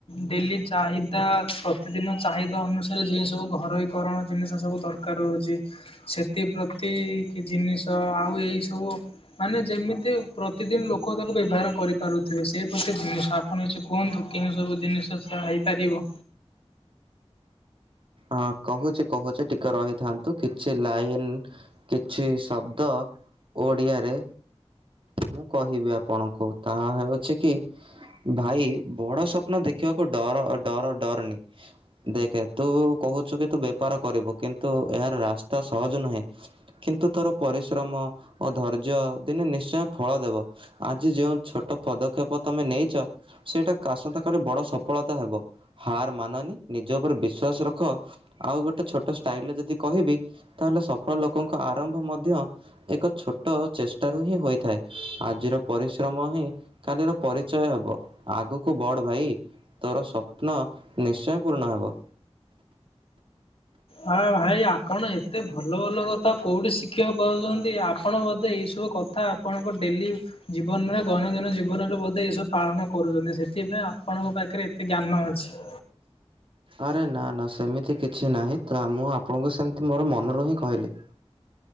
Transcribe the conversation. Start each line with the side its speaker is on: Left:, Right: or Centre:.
Left: ଡେଲି ଚାହିଦା ପ୍ରତିଦିନ ଚାହିଦା ଅନୁସାରେ ଯେଉଁ ସବୁ ଘରୋଇକରଣ ଜିନିଷ ସବୁ ଦରକାର ହେଉଛି ସେଥିପ୍ରତି କି ଜିନିଷ ଆଉ ଏଇସବୁ ମାନେ ଯେମିତି ପ୍ରତିଦିନ ଲୋକ ତାକୁ ବ୍ୟବହାର କରିପାରୁ। ତେବେ ସେ ପ୍ରତି ଜିନିଷ ଆପଣ ଏଛି କୁହନ୍ତୁ କେଉଁ ସବୁ ଜିନିଷ ସେ ହେଇପାରିବ।
Right: ହଁ କହୁଛି କହୁଛି ଟିକେ ରହିଥାନ୍ତୁ କିଛି ଲାଇନ କିଛି ଶବ୍ଦ ଓଡ଼ିଆରେ ମୁଁ କହିବି ଆପଣଙ୍କୁ ତାହା ହେଉଛି କି ଭାଇ ବଡ ସ୍ୱପ୍ନ ଦେଖିବାକୁ ଡର ଡର ଡରନି ଦେଖେ। ତୁ କହୁଛୁ କି ତୁ ବେପାର କରିବୁ କିନ୍ତୁ ଏହାର ରାସ୍ତା ସହଜ ନୁହେଁ କିନ୍ତୁ ତୋର ପରିଶ୍ରମ ଓ ଧୈର୍ଯ୍ୟ ଦିନେ ନିଶ୍ଚୟ ଫଳ ଦେବ ଆଜି ଯେଉଁ ଛୋଟ ପଦକ୍ଷେପ ତମେ ନେଇଛ ସେଇଟା ଆସନ୍ତାକାଲି ବଡ଼ ସଫଳତା ହେବ ହାର ମାନନି ନିଜ ଉପରେ ବି। ବିଶ୍ୱଵାସ ରଖ ଆଉ ଗୋଟେ ଛୋଟ ଷ୍ଟାଇଲ ଯଦି କହିବି ତାହେଲେ ସଫଳ ଲୋକଙ୍କ ଆରମ୍ଭ ମଧ୍ୟ ଏକ ଛୋଟ ଚେଷ୍ଟାରୁ ହିଁ ହୋଇଥାଏ ଆଜିର ପରିଶ୍ରମ ହିଁ କାଲିର ପରିଚୟ ହେବ ଆଗକୁ ବଡ଼ ଭାଇ ତୋର ସ୍ୱପ୍ନ ନିଶ୍ଚୟ ପୂରଣ ହେବ।
Left: ହଁ ଭାଇ ଆପଣ ଏତେ ଭଲ ଭଲ କଥା କେଉଠି ଶି୍ଖିବାକୁ ପାଉଛନ୍ତି ଆପଣ ବୋଧେ ଏଇ ସବୁ କଥା ଆପଣଙ୍କ ଡେଲି ଜୀବନରେ ଦୈନନ୍ଦିନ ଜୀବନରେ ବୋଧେ ଏସବୁ ପାଳନ କରୁଛନ୍ତି ସେଥିପାଇଁ ଆପଣଙ୍କ ପାଖରେ ଏତେ ଜ୍ଞାନ ଅଛି।
Right: ଆରେ ନା ନା ସେମିତି କିଛି ନାହିଁ ତ ମୁଁ ଆପଣଙ୍କୁ ସେମତି ମୋର ମନରୁ ହିଁ କହିଲି।